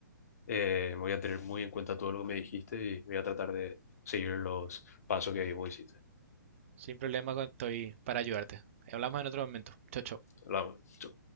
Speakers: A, on the left; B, on the right.
A: eh, voy a tener muy en cuenta todo lo que me dijiste y voy a tratar de seguir los pasos que vos hiciste.
B: Sin problema, estoy para ayudarte. Hablamos en otro momento. Chau, chau.
A: Hablamos. Chau.